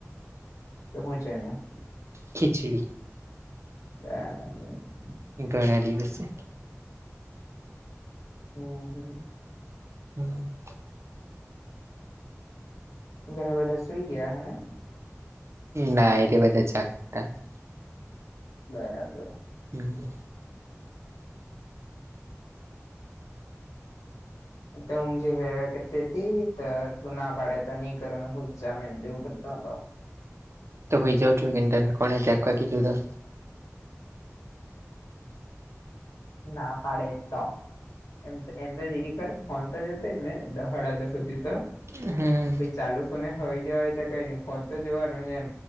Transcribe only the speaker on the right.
ખીચડી.
ઘણા દિવસે.
<inaudible>
ના એરે બધા જાગતા
<inaudible>
તો હોઈ જઉ <inaudible>
હા